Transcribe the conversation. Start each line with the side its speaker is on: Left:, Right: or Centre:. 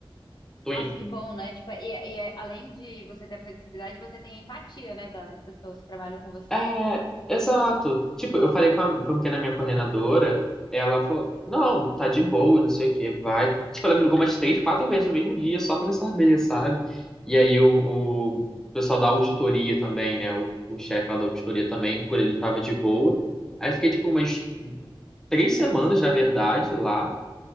Centre: tô
Left: Nossa,
Centre: indo.
Left: que bom, né? Tipo, e, e além de você ter a flexibilidade, você tem a empatia, né? da- das pessoas que trabalham com você.
Centre: É, exato. Tipo, eu falei com a, perguntei na minha coordenadora, ela falou, não, tá de boa, não sei o que, vai. Tipo, ela me ligou umas três, quatro vezes no mesmo dia, só pra saber, sabe? E aí o, o pessoal da auditoria também, né? O, o chefe lá da auditoria também, por ele tava de boa. Aí eu fiquei, tipo, umas três semanas, na verdade, lá.